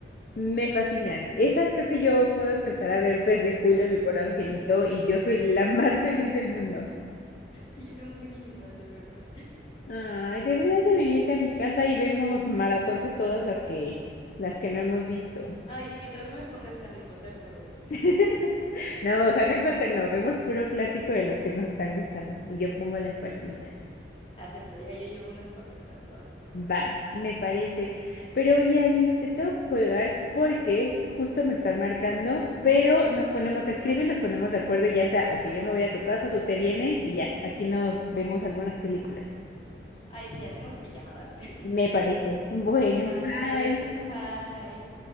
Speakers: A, on the left; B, on the left.
A: Me fascinan. Esas creo que yo puedo empezar a ver desde julio, mi pobre
B: <laughs>
A: angelito, y yo soy la más feliz del mundo.
B: Sí, son buenísimas, de verdad.
A: Ay, deberás de venirte a mi casa y vemos maratón de todas las que las que no hemos visto.
B: Ay, sí, mientras no me pongas Harry Potter, todo bien.
A: <laughs> No, Harry Potter no, vemos puro clásico de los que nos están gustando y yo pongo las palomitas.
B: Acepto, ya yo llevo unas papitas o algo para.
A: Va, me parece. Pero oye, Alice, te tengo que colgar porque justo me están marcando, pero nos ponemos, te escribo y nos ponemos de acuerdo, ya sea o que yo me voy a tu casa o tú te vienes y ya, aquí nos vemos algunas películas.
B: Ay, sí, hacemos pijamada. <laughs>
A: Me parece. Bueno,
B: Vale,
A: bye.
B: <laughs> bye.